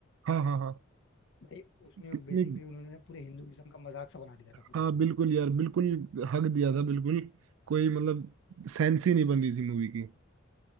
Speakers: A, on the right; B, on the left.
A: हाँ हाँ हाँ
B: भाई उसमें
A: कितनी
B: बेसिकली उन्होंने पूरे हिंदुइज्म का मजाक सा बना दिया था
A: हाँ
B: पूरा
A: बिल्कुल यार बिल्कुल हक दिया था बिल्कुल कोई मतलब सेंस ही नहीं बन रही थी मूवी की